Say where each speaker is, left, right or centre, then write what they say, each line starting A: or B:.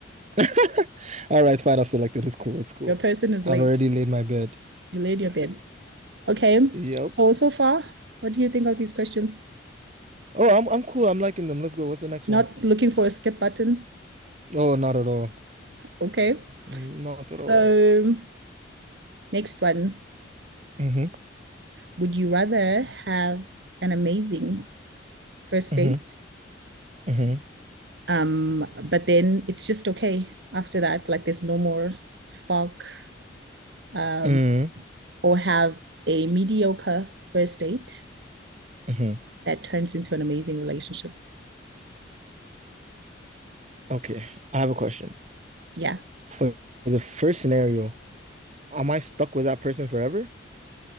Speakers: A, on the right (about 35°); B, on the right (about 65°).
A: <laughs> All right, fine. I've selected. It's cool. It's cool.
B: Your person is
A: I've
B: late.
A: already laid my bed.
B: You laid your bid. Okay.
A: Yep.
B: So so far, what do you think of these questions?
A: Oh, I'm I'm cool. I'm liking them. Let's go. What's the next
B: Not
A: one?
B: looking for a skip button.
A: Oh, not at all.
B: Okay.
A: Not at all.
B: So next one.
A: Mm-hmm.
B: Would you rather have an amazing first
A: Mm-hmm.
B: date?
A: Mm-hmm.
B: Um, but then it's just okay after that, like there's no more spark, um,
A: Mm-hmm.
B: or have a mediocre first date
A: mm-hmm.
B: that turns into an amazing relationship.
A: Okay. I have a question.
B: Yeah.
A: For the first scenario. Am I stuck with that person forever?